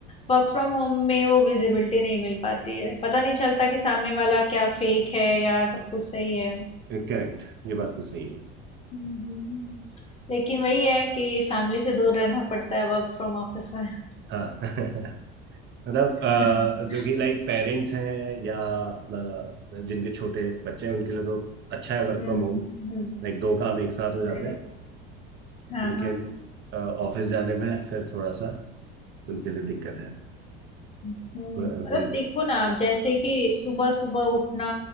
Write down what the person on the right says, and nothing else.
है करेक्ट ये बात तो सही है
हाँ <laughs> मतलब
अ, जो कि लाइक पेरेंट्स हैं या अ, जिनके छोटे बच्चे हैं उनके लिए तो अच्छा है वर्क
फ्रॉम होम
लाइक दो काम एक साथ हो जाते
हैं
लेकिन
ऑफिस जाने में फिर थोड़ा सा उनके लिए दिक्कत है
अ, उन-